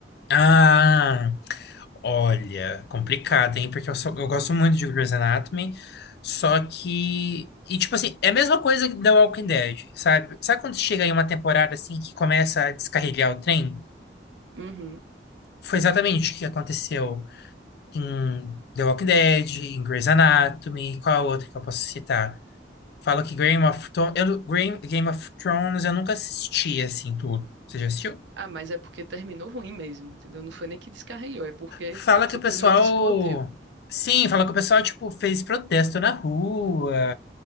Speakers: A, on the left (about 60°); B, on the right (about 80°).
A: Ah, olha, complicado, hein? Porque eu, só, eu gosto muito de Grey's Anatomy, só que. E, tipo assim, é a mesma coisa que The Walking Dead, sabe? Sabe quando chega em uma temporada assim que começa a descarrilhar o trem?
B: Uhum.
A: Foi exatamente o que aconteceu em The Walking Dead, em Grey's Anatomy, qual outra que eu posso citar? Falo que Game of Thrones. Eu, Game Game of Thrones eu nunca assisti assim tudo. Você já assistiu?
B: Ah, mas é porque terminou ruim mesmo, entendeu? Não foi nem que descarrilhou, é porque
A: Fala
B: simplesmente
A: que o pessoal.
B: explodiu.
A: Sim, fala que o pessoal, tipo, fez protesto na rua,